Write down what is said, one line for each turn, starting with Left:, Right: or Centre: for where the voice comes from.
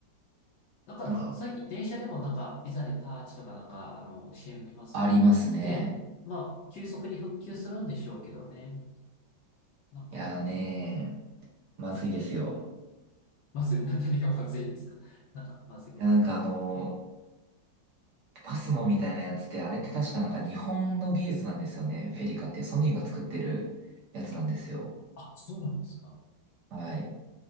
Left: なんか、
Right: なんか、
Left: 最近電車でもなんか、ビザでタッチとかなんか、あの、CM 見ますけれど。
Right: ありますね。
Left: で、まあ、急速に復旧するんでしょうけどね。なんか、
Right: いやーねー、まずいですよ。
Left: まずい、<laughs> 何がまずいんですかなんか、まずいこと。
Right: いや、なんかあのー
Left: え
Right: パスモみたいなやつって、あれって確かなんか日本の技術なんですよね。フェリカっていうソニーが作ってるやつなんですよ。
Left: あ、そうなんですか。
Right: はい。